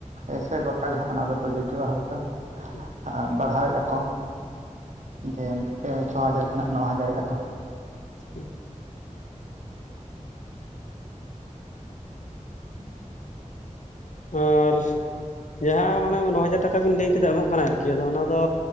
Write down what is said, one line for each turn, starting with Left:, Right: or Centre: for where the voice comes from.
Right: ᱮ ᱥᱮ ᱜᱚᱴᱟ ᱜᱮ ᱦᱟᱜ ᱚᱱᱟ ᱫᱚ ᱯᱨᱳᱚᱡᱳᱡᱚᱼᱟ ᱦᱳᱭᱛᱚ᱾
Left: ᱩᱸ᱾
Right: ᱟᱜ ᱵᱟᱲᱦᱟᱣᱮᱜ ᱟᱠᱚ ᱡᱮ ᱯᱮ ᱪᱷᱚ ᱦᱟᱡᱟᱨ ᱠᱷᱚᱱᱟᱜ ᱱᱚ ᱦᱟᱡᱟᱨᱮᱜ ᱟᱠᱚ᱾
Left: ᱦᱩᱸ᱾
Right: <inaudible>
Left: ᱟᱨ ᱡᱟᱦᱟᱸ ᱢᱟᱱᱮ ᱱᱚ ᱦᱟᱡᱟᱨ ᱴᱟᱠᱟ ᱵᱤᱱ ᱞᱟᱹᱭ ᱠᱮᱫᱟ ᱮᱢᱚᱜ ᱠᱟᱱᱟᱭ ᱟᱨᱠᱤ ᱟᱫᱚ ᱚᱱᱟ ᱫᱚ